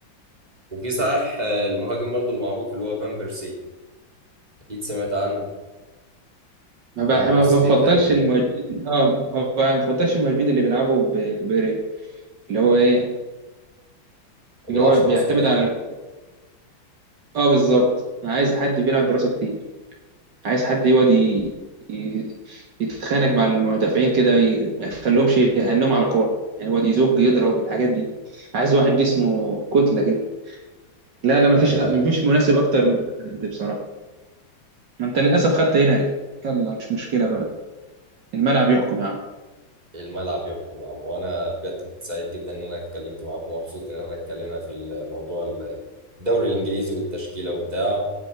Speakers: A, on the right; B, on the right.
A: وفي صحيح آه، المهاجم برضو المعروف اللي هو فان بيرسي اكيد سمعت عنه
B: ما بح-
A: فان بيرسي
B: ما بفضلش
A: ده كان
B: المهاجمين اه ما بفضلش المهاجمين اللي بيلعبوا ب... ب... اللي هو ايه
A: ما
B: اللي
A: بيلعبش
B: هو بيعتمد
A: براسه كتير
B: على ال... اه بالظبط انا عايز حد بيلعب براسه كتير عايز حد يقعد ي... ي... يتخانق مع المدافعين كده ي... ما يخليهمش يهنهم على كوره يعني يقعد يزج يضرب الحاجات دي عايز واحد جسمه كتله كده لا لا مفيش
A: ايوه
B: آه، مفيش
A: ايوه.
B: مناسب اكتر من ده بصراحه ما انت للاسف خدت هنري يلا مش مشكله بقى الملعب يحكم يا عم
A: الملعب يحكم يا عم وانا بجد كنت سعيد جدا ان انا اتكلمت معاكم ومبسوط ان انا اتكلمنا في الموضوع الدوري الانجليزي والتشكيله وبتاع